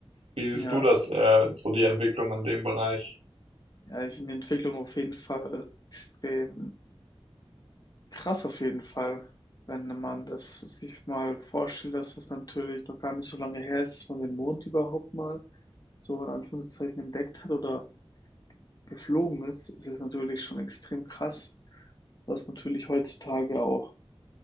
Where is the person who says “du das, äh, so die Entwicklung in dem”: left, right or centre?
Right